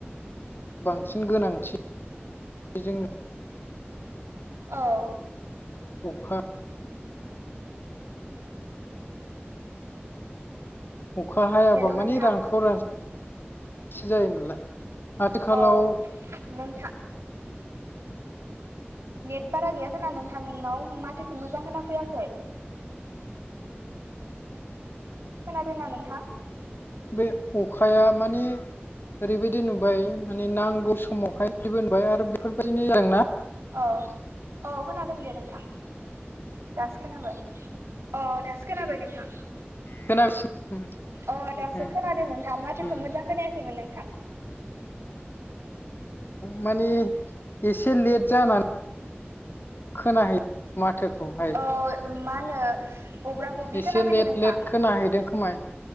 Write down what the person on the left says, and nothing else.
बांसिन गोनांथि जों
अखा अखा हायाबा
माने
रानखाव रानसि जायो नालाय आथिखालाव
बे अखाया माने ओरैबायदि नुबाय माने नांगौ समावहाय बेबायदि नुबाय आरो बेफोरबायदिनो जादों ना
खोनागासिनो
उम
उम
माने एसे लेट जाना खोनाहै माथोखौहाय
एसे
लेट
लेट खोनाहैदों खोमा